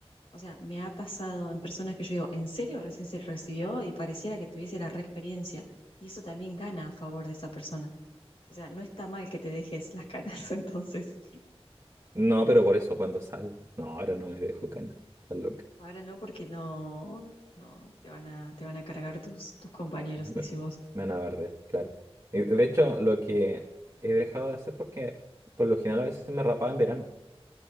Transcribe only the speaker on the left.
o sea, me ha pasado en personas que yo digo, ¿en serio recién se recibió? Y pareciera que tuviese la reexperiencia? Y eso también gana a favor de esa persona. O sea, no está mal que te dejes las canas, <laughs> entonces.
Ahora no, porque no, no te van a, te van a cargar tus, tus compañeros,
decís vos.